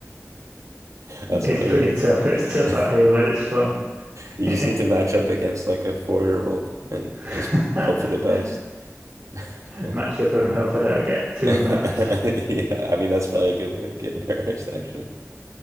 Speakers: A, on the right; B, on the right.
A: <laughs> That's
B: it's
A: hilarious.
B: pretty tough. It's tough
A: <laughs>
B: out here, but it's fun. <laughs>
A: You just need to match up against like a four-year-old and
B: <laughs>
A: just hope for the best. <laughs>
B: Match up and hope I don't get too
A: Yeah,
B: embarrassed.
A: I mean that's probably a good way to get embarrassed, actually.